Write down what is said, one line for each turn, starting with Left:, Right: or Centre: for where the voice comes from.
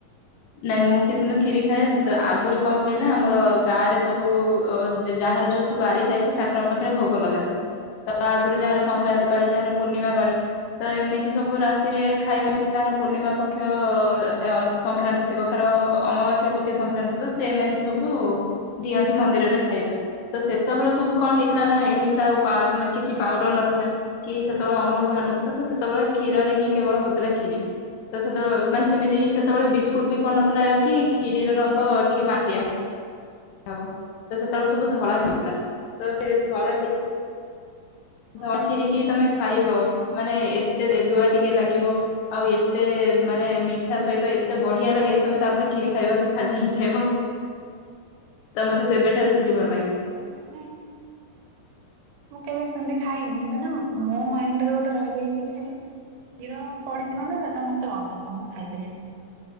Left: ନାଇଁ ମୁଁ କିନ୍ତୁ କ୍ଷୀରି ଖାଏ ଆଗରୁ କଣ ହୁଏ ନା ଆମର ଗାଁରେ ସବୁ ଅ ଯାହାର ଯୋଉ ଯୋଉ ବାରି ଥାଏ ସେ ଠାକୁରଙ୍କ ପାଖରେ ଭୋଗ ଲଗାନ୍ତି ତ ତା ଆଗରୁ ଯାହାର ସଂକ୍ରାନ୍ତି ପାଳି
Right: ହଁ
Left: ଯାହାର
Right: ହଁ
Left: ପୂର୍ଣ୍ଣିମା ପାଳି ତ ଏମିତି ସବୁ ରାତିରେ ଖାଇବା କାହାର ପୂର୍ଣ୍ଣିମା ପକ୍ଷ ଅ ସଂକ୍ରାନ୍ତି ଥିବ କାହାର ଅମାବାସ୍ୟା ପକ୍ଷେ ସଂକ୍ରାନ୍ତି ଥିବ ସେମାନେ ସବୁ ଦିଅନ୍ତି ମନ୍ଦିରରେ ଖାଇବା। ତ ସେତେବେଳେ ସବୁ କଣ ହେଇଥିଲା ନା
Right: ହଁ
Left: ଏମିତି
Right: ହଁ
Left: ଆଉପା ଆମେ କିଛି ପାଉଡର ନଥିଲା କି ସେତେବେଳେ ଅମୁଲ ବାହାର ନଥିଲା ତ ସେତେବେଳେ କ୍ଷୀରରେ ହିଁ କେବଳ ହଉଥିଲା କ୍ଷୀରି। ତ ସେତେବେଳେ ମାନେ ସେମିତି ସେତେବେଳେ ବିସ୍କୁଟ ବି ପଡିନଥିଲା କି ଖିରିର ରଙ୍ଗ ଟିକେ ମାଟିଆ। ହବ ତ ସେତେବେଳେ ସବୁ ଧଳା ହୋଉଥିଲା ତ
Right: ହଁ
Left: ସେ ଧଳା ଧଳା
Right: ହଁ।
Left: ଖିରିକି ତମେ ଖାଇବ ମାନେ ଏତେ ତେଲୁଆ ଟିକେ ଲାଗିବ। ଆଉ ଏତେ ମାନେ ମିଠା ସହିତ ଏତେ ବଢିଆ ଲାଗେ ତମେ ତାପରେ କ୍ଷୀରି ଖାଇବାକୁ ଖାଲି ହିଁ କହିବ। ତ ମତେ ସେବେଠାରୁ ଖିରି ଭଲଲାଗେ।
Right: ହଁ। ମାନେ ମୁଁ କେବେ ସେମିତି ଖାଇନି ମାନେ ମୋ ମାଇଣ୍ଡରେ ଗୋଟେ ରହିଯାଇଛି କି ଯେ କ୍ଷୀର ପଡିଛି ମାନେ ସେଟା ମତେ ଅଧିକ ମୁଁ ଖାଇପାରିବିନି।